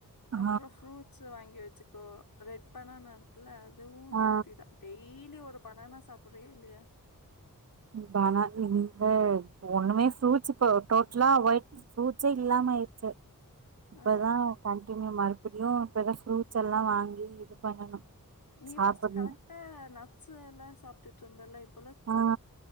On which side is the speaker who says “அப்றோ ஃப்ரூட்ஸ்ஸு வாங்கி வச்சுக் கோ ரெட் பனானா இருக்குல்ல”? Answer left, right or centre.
Left